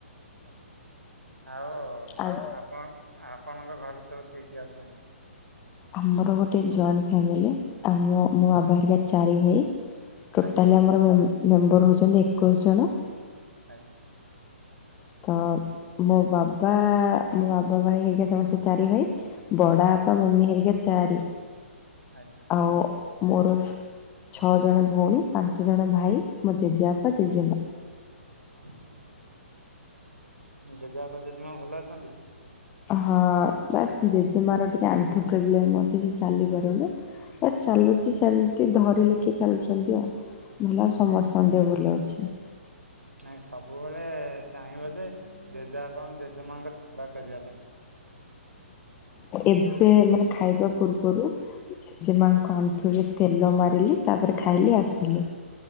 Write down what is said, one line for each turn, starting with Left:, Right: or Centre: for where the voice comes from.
Right: ଓ ଆଉ
Left: ଆଉ
Right: ଆପଣ ଆପଣଙ୍କ ଘରେ ସବୁ କିଏ କିଏ ଅଛନ୍ତି?
Left: ଆମର ଗୋଟେ ଜଏଣ୍ଟ ଫ୍ୟାମିଲି। ଆଉ ମୋ ମୋ ବାପା ହେରିକା ଚାରି ଭାଇ। ଟୋଟାଲି
Right: ଆଜ୍ଞା
Left: ଆମର ମେମ୍ବର ହଉଛନ୍ତି ଏକୋଇଶି ଜଣ।
Right: ଆଜ୍ଞା।
Left: ତ ମୋ ବାବ ବା ମୋ ବାବା ଭାଇ ହେରିକା ସମସ୍ତେ ଚାରି ଭାଇ ବଡ଼ ବାପା
Right: ଆଜ୍ଞା
Left: ମମି ହେରିକା ଚାରି
Right: ଆଜ୍ଞା।
Left: ଆଉ ମୋର ଛଅ ଜଣ ଭଉଣୀ ପାଞ୍ଚଜଣ ଭାଇ। ମୋ ଜେଜେବାପା ଜେଜେମା
Right: ହଁ ଆଉ ଜେଜେବାପା ଜେଜେମା ଭଲ ଅଛନ୍ତି?
Left: ହଁ ବାସ୍ ଜେଜେମାାର ଟିକେ ଆଣ୍ଠୁ ପ୍ରୋବ୍ଲେମ୍ ଅଛି ସେ ଚାଲିପାରୁନି। ବାସ୍ ଚାଲୁଛି ସେମିତି ଧରିଲେ କିଏ ଚାଲ ସେମିତି ଆଉ ଭଲ ସମସ୍ତଙ୍କ ନ୍ଦେହ ଭଲ ଅଛି।
Right: ନାଇଁ ସବୁବେଳେ ଚାହିଁବ ଯେ ଜେଜେବାପାଙ୍କ ଜେଜେ ମାଙ୍କ ସେବା କରିବା ପାଇଁ।
Left: ଏବେ ମାନେ ଖାଇବା ପୂର୍ବରୁ ଜେଜେମାଙ୍କ ଆଣ୍ଠୁରେ ତେଲ ମାରିଲି ତାପରେ ଖାଇଲି ଆସିଲି।